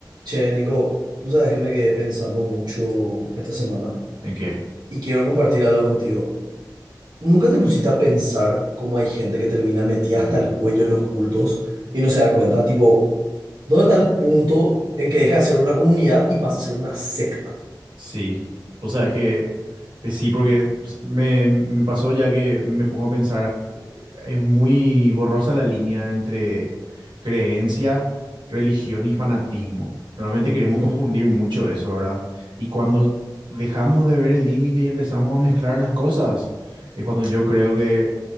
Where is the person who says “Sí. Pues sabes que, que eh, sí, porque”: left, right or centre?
Right